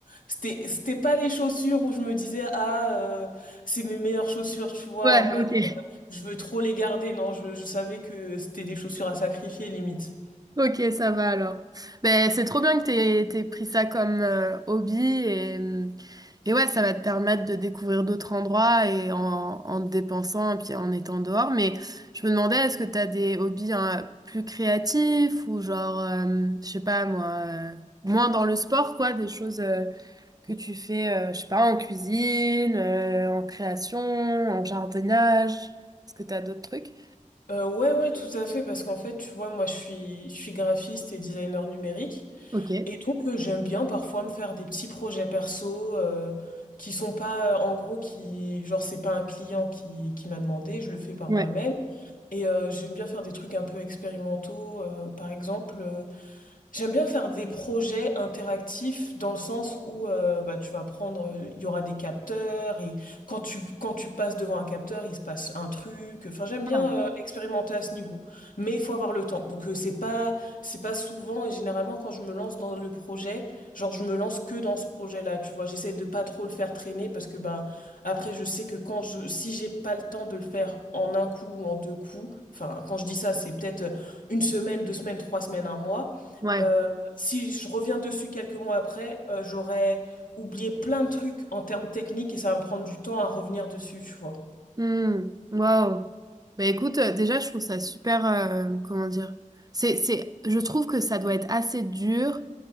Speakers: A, on the left; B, on the right.
A: C'était, c'était pas les chaussures où je me disais, ah, euh, c'est mes meilleures chaussures, tu vois,
B: Ouais,
A: en mode,
B: ok.
A: je veux trop les garder. Non, je, je savais que c'était des chaussures à sacrifier limite.
B: Ok, ça va alors. Ben, c'est trop bien que t'aies, t'aies pris ça comme euh, hobby et, et ouais, ça va te permettre de découvrir d'autres endroits et en, en te dépensant et puis en étant dehors. Mais je me demandais, est-ce que t'as des hobbies hein, plus créatifs ou genre, euh, je sais pas moi, euh, moins dans le sport quoi, des choses. euh, que tu fais, euh, je sais pas, en cuisine, euh, en création, en jardinage. Est-ce que tu as d'autres trucs?
A: Euh, ouais, ouais, tout à fait, parce qu'en fait, tu vois, moi, je suis, je suis graphiste et designer numérique.
B: Ok.
A: Et donc, euh, j'aime bien parfois me faire des petits projets perso euh, qui sont pas, euh, en gros, qui, genre, c'est pas un client qui, qui m'a demandé, je le fais par
B: Ouais.
A: moi-même. Et euh, j'aime bien faire des trucs un peu expérimentaux. euh, par exemple, euh, J'aime bien faire des projets interactifs dans le sens où euh, bah, tu vas prendre, euh, il y aura des capteurs et quand tu, quand tu passes devant un capteur, il se passe un truc. Enfin, j'aime bien
B: Ah.
A: euh, expérimenter à ce niveau, mais il faut avoir le temps. Donc euh, c'est pas c'est pas souvent et généralement quand je me lance dans le projet, genre je me lance que dans ce projet-là. Tu vois, j'essaie de pas trop le faire traîner parce que ben après je sais que quand je si j'ai pas le temps de le faire en un coup ou en deux coups, enfin quand je dis ça c'est peut-être une semaine, deux semaines, trois semaines, un mois.
B: Ouais.
A: Euh, si je reviens dessus quelques mois après, euh, j'aurais oublié plein de trucs en termes techniques et ça va me prendre du temps à revenir dessus, tu vois.
B: Hmm. Waouh. Bah écoute, euh, déjà, je trouve ça super. euh, comment dire? C'est, c'est, je trouve que ça doit être assez dur